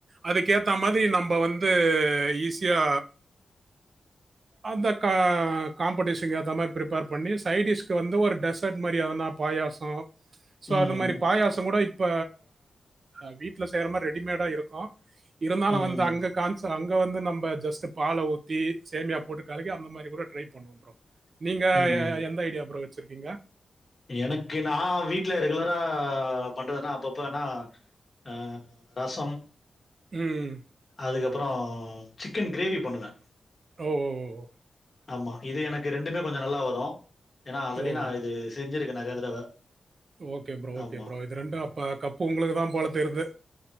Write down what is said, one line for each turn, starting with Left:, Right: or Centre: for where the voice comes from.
Right: அதுக்கேத்தா மாதிரி நம்ப வந்து ஈஸியா அந்த கா காம்படிஷனுக் ஏத்த மாரி ப்ரிஃப்பேர் பண்ணி சைடிஸ் வந்து ஒரு டெசர்ட் மாரி எதனா பாயாசோ சோ
Left: ம்.
Right: அந்த மாரி பாயாசோ கூட இப் ப அ வீட்ல செய்ற மாரி ரெடிமேடா இருக்கு இருந்தாலு
Left: ம்.
Right: வந்து அங்க காந் ஸ் அங்க வந்து நம்ப ஜஸ்ட் பால ஊத்தி சேமியா போட்டு கலக்கி அந்த மாரி கூட ட்ரை பண்ணுவ ப்ரோ நீங்க
Left: ம்.
Right: எந்த ஐடியா ப்ரோ வச்சிருக்கீங்க
Left: எனக்கு நா வீட்ல ரெகுலரா பண்றதுன்னா அப்பப்பனா ஆ ரசம்
Right: ம் ம் ம்
Left: அதுக்கப்பறோ சிக்கன் கிரேவி பண்ணுவே
Right: ஓ ஒ ஒ ஓ
Left: ஆமா இது எனக்கு ரெண்டுமே கொஞ்சொ நல்லா வரு ஏனா ஆல்ரெடி
Right: ஓ
Left: நா இது செஞ்சிருக்கே நெறைய தடவ
Right: ஓகே ப்ரோ ஓகே
Left: ஆமா.
Right: ப்ரோ இது ரெண்டு அப்ப கப்பு உங்களுக்கு தா போல தெர்து